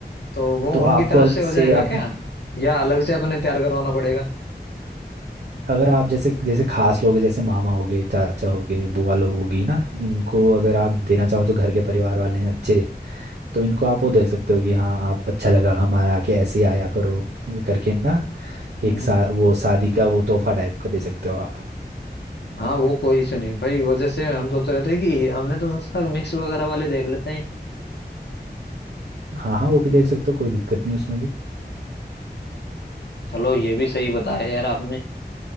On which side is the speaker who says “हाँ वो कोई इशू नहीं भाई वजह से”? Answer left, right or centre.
Left